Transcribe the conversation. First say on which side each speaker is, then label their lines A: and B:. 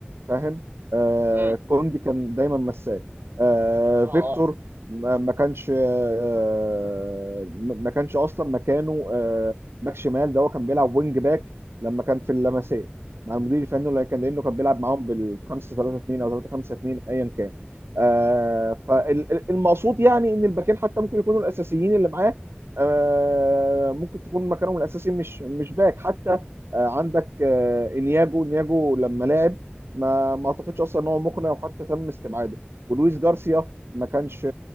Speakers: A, on the right; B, on the right.
A: فاهم آه
B: امم
A: كوندي كان دايما مساك آه
B: اه
A: فيكتور
B: اه
A: ما ما كانش آه ما ما كانش اصلا مكانه آه باك شمال ده هو كان بيلعب وينج باك لما كان في اللمسيه مع المدير الفني اللي كان لانه كان بيلعب معاهم بال 5 3 2 او 3 5 2 ايا كان آه فالمقصود يعني ان الباكين حتى ممكن يكونوا الاساسيين اللي معاه آه ممكن تكون مكانهم الاساسي مش مش باك حتى آه عندك آه انياجو انياجو لما لعب ما ما اعتقدش اصلا ان هو مقنع وحتى تم استبعاده ولويس جارسيا ما كانش